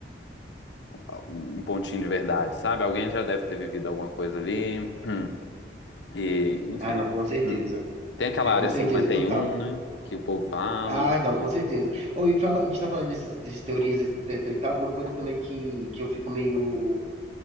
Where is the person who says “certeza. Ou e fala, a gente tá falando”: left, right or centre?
Right